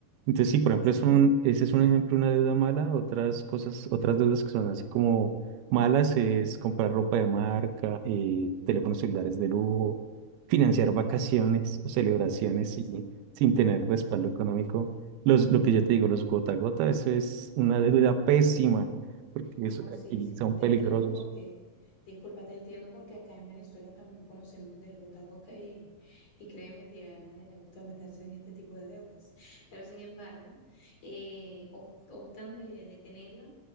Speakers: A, on the right (about 85°); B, on the left (about 45°).
A: Entonces, sí, por ejemplo,
B: Sí,
A: es un-
B: sí.
A: ese es un ejemplo de una deuda mala. Otras cosas, otras deudas que son así como malas es comprar ropa de marca, eh, teléfonos celulares de lujo, financiar vacaciones o celebraciones
B: sí.
A: sin, sin tener respaldo
B: sí.
A: económico. Los, lo que yo te digo, los gota a gota, eso es una deuda pésima porque
B: No,
A: es-
B: sí,
A: y
B: sí,
A: son
B: te
A: peligrosos.
B: entiendo porque, disculpa, te entiendo porque acá en Venezuela también conocemos del gota a gota y, y créeme que a nadie le gusta meterse en este tipo de deudas. Pero sin embargo, eh, op- optan de, de tenerla